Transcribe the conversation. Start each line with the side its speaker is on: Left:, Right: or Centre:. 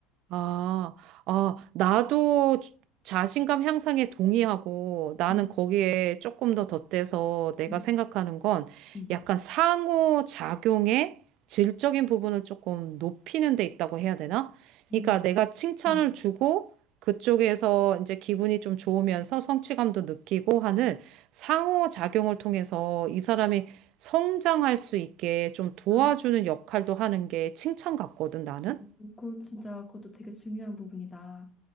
Right: 아, 아, 나도 자신감 향상에 동의하고 나는
Left: 음,
Right: 거기에 조금 더 덧대서 내가
Left: 음,
Right: 생각하는 건
Left: 음.
Right: 약간 상호작용의 질적인 부분을 조금 높이는 데 있다고 해야 되나?
Left: 음.
Right: 그러니까 내가 칭찬을
Left: 음.
Right: 주고 그쪽에서 이제 기분이 좀 좋으면서 성취감도 느끼고 하는 상호작용을 통해서 이 사람이 성장할 수 있게 좀 도와주는
Left: 아,
Right: 역할도 하는 게 칭찬 같거든, 나는.
Left: 그거 진짜 그것도 되게 중요한 부분이다.